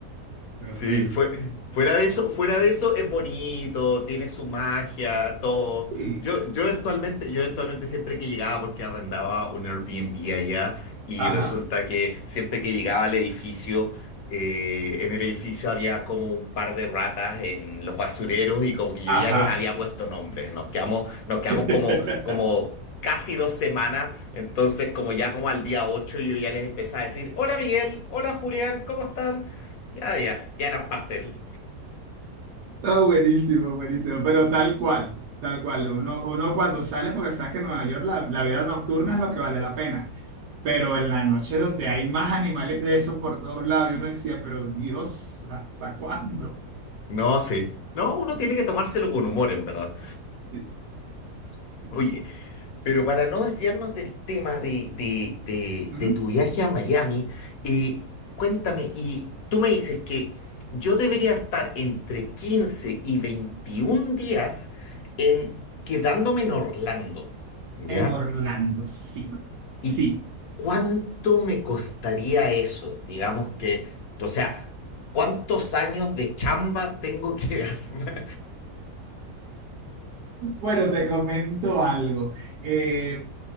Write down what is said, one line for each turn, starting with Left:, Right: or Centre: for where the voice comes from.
Right: Horrible.
Left: Sí, fue, fuera de eso, fuera de eso es bonito, tiene su magia, todo.
Right: Sí.
Left: Yo, yo eventualmente, yo eventualmente siempre que llegaba, porque arrendaba un Airbnb allá, y
Right: Ajá,
Left: resulta que siempre que llegaba al edificio eh, en el edificio había como un par de ratas en los basureros y como que yo
Right: ajá.
Left: ya les había puesto nombres. Nos quedamos, nos quedamos
Right: <laughs>
Left: como, como casi dos semanas. Entonces, como ya como al día 8 yo ya les empecé a decir, hola Miguel, hola Julián, ¿cómo están? Ya, ya, ya eran parte del...
Right: No, buenísimo, buenísimo, pero tal cual, tal cual. Uno, uno cuando sale, porque sabes que en Nueva York la, la vida nocturna es lo que vale la pena, pero en la noche donde hay más animales de esos por todos lados, y uno decía, pero Dios, ¿hasta cuándo?
Left: No, sí. No, uno tiene que tomárselo con humor, en verdad.
Right: Sí, sí.
Left: Oye,
Right: sí.
Left: Pero para no desviarnos del tema de, de- de-
Right: Ujú.
Left: de tu viaje a Miami, eh, cuéntame, y tú me dices que yo debería estar entre 15 y 21 días en quedándome en Orlando, ¿ya?
Right: En Orlando, sí, sí.
Left: ¿Y cuánto me costaría eso? Digamos que, o sea, ¿cuántos años de chamba tengo que <laughs> hacer?
Right: Bueno, te comento algo. Eh,